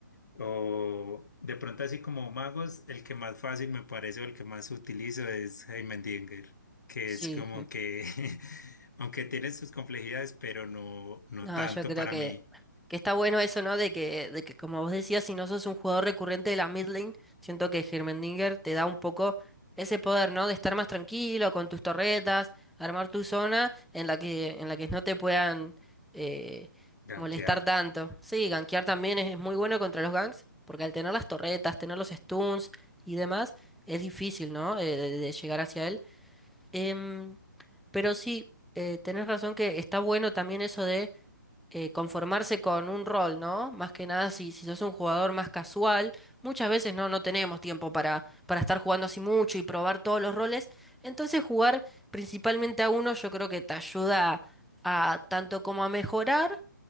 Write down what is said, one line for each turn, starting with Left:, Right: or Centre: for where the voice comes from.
Left: o de pronto así como magos, el que más fácil me parece o el que más utilizo es Heimendinger, que
Centre: Sí,
Left: es como
Centre: sí.
Left: que <laughs> aunque tiene sus complejidades, pero no, no
Centre: No,
Left: tanto
Centre: yo creo
Left: para
Centre: que,
Left: mí
Centre: que está bueno eso, ¿no? De que, de que, como vos decías, si no sos un jugador recurrente de la mid lane, siento que Hermendinger te da un poco ese poder, ¿no? De estar más tranquilo con tus torretas, armar tu zona en la que, en la que no te puedan eh,
Left: gankear.
Centre: molestar tanto. Sí, gankear también es, es muy bueno contra los ganks, porque al tener las torretas, tener los stuns y demás, es difícil, ¿no? Eh, de de llegar hacia él. Em, pero sí, eh, tenés razón que está bueno también eso de eh, conformarse con un rol, ¿no? Más que nada si, si sos un jugador más casual, muchas veces no, no tenemos tiempo para, para estar jugando así mucho y probar todos los roles. Entonces jugar principalmente a uno yo creo que te ayuda a tanto como a mejorar